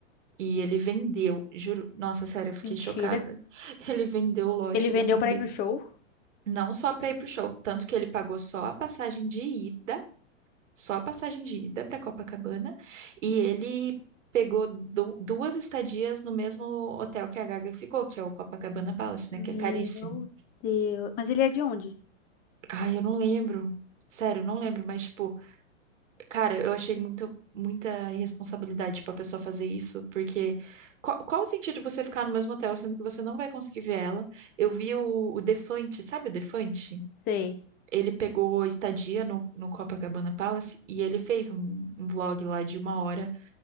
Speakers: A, on the right; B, on the left.
A: E ele vendeu, juro, nossa, sério, eu fiquei
B: Mentira.
A: chocada. <laughs> Ele vendeu o lote
B: Ele vendeu
A: da mãe
B: pra
A: dele.
B: ir no show?
A: Não só para ir pro show, tanto que ele pagou só a passagem de ida, só a passagem de ida para Copacabana, e ele pegou du- duas estadias no mesmo hotel que a Gaga ficou, que é o Copacabana Palace,
B: Meu
A: né, que é caríssimo.
B: Deus. Mas ele é de onde?
A: Ai, eu não lembro. Sério, eu não lembro, mas tipo Cara, eu achei muito, muita irresponsabilidade pra pessoa fazer isso, porque qual, qual o sentido de você ficar no mesmo hotel sendo que você não vai conseguir ver ela? Eu vi o, o Defante, sabe o Defante?
B: Sei.
A: Ele pegou estadia no, no Copacabana Palace e ele fez um, um vlog lá de uma hora